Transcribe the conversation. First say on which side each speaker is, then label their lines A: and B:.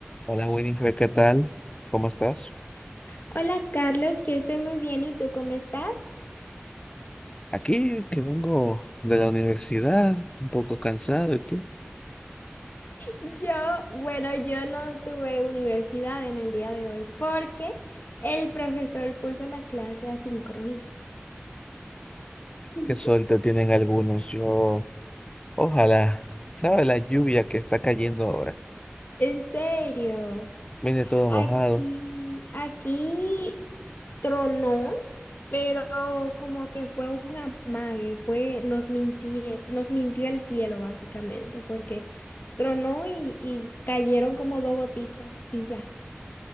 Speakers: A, on the left (about 20°); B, on the left (about 50°).
A: Hola Winifred, ¿qué tal? ¿Cómo estás?
B: Hola Carlos, yo estoy muy bien, ¿y tú cómo estás?
A: Aquí que vengo de la universidad, un poco cansado, ¿y tú?
B: Yo, bueno, yo no tuve universidad en el día de hoy porque el profesor puso la clase asincrónica. <laughs>
A: Qué suerte tienen algunos. Yo, ojalá, ¿sabes la lluvia que está cayendo ahora?
B: En serio,
A: Viene todo mojado.
B: aquí, aquí tronó, pero como que fue un amague, fue, nos mintió, nos mintió el cielo básicamente, porque tronó y, y cayeron como dos goticas y ya.